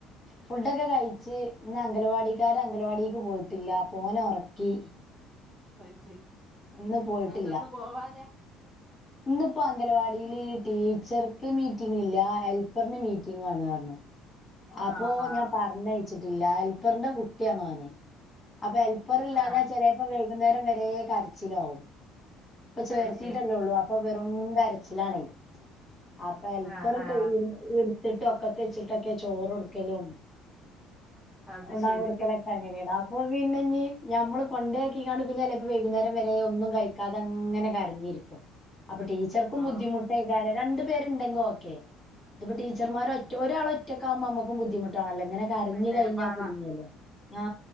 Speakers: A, on the left; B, in the centre.
A: ഫുഡൊക്കെ കഴിച്ച് ഇന്ന് അംഗലവാടിക്കാര അംഗലവാടിക്ക് പോയിട്ടില്ല പോനെ ഒറക്കി
B: <unintelligible>
A: ഇന്ന് പോയിട്ടില്ല
B: ഞങ്ങക്ക് പോവാതെ
A: ഇന്ന് ഇപ്പോ അംഗനവാടില് ടീച്ചർക്ക് മീറ്റിങ്ങില്ലാ ഹെൽപ്പറിന് മീറ്റിങ്ങാണ് ആണ് അപ്പൊ
B: ആ ആ
A: ഞാൻ പറഞ്ഞയച്ച് ലാൽപറിന്റെ കുട്ടിയണോനെ അപ്പൊ ഹെൽപ്പറില്ലാഞ്ഞ
B: ആ
A: ചെലേപ്പം വൈകുന്നേരം വരെ വേ കരച്ചിലാവും ഇപ്പ ചേർത്തീട്ടല്ലേ
B: അത് ശരി
A: ഉള്ളൂ അപ്പം വെറും കര ചില്ലാണേ അപ്പ എൽപ്പറോക്കെ
B: ആ ആ
A: <unintelligible> ന്നിട്ടൊക്കത്ത് വെച്ചിട്ട് ക്കെ ചോറൊടുക്കലും
B: അത്
A: ഉണ്ണാ
B: ശരി
A: കൊടുക്കലെക്കെ ങ്ങനെണ് അപ്പൊ പിന്നെ നി ഞമ്മളു കൊണ്ടേ പിനാല് പിന്നെയെല്ലേ വൈകുന്നേരം വരെ ഒന്നും കഴിക്കാത അങ്ങനെ കരഞ്ഞിരുക്കും അപ്പൊ ടീച്ചർക്കും
B: ഓ
A: ബുദ്ധിമുട്ടെ രാരര രണ്ടു പേരുണ്ടെങ്ക് ഓക്കെ ഇതിപ്പ ടീച്ചർമാരൊറ്റ ഒരാളൊറ്റ് റ്റക്കാമമ്മുക്കും ബുദ്ധിമുട്ടാല്ലേ അങ്ങനെ കരഞ്ഞു
B: പിന്നെ
A: കയിഞ്ഞ
B: പാടാം
A: കുടുങ്ങിയല്ലോ ആ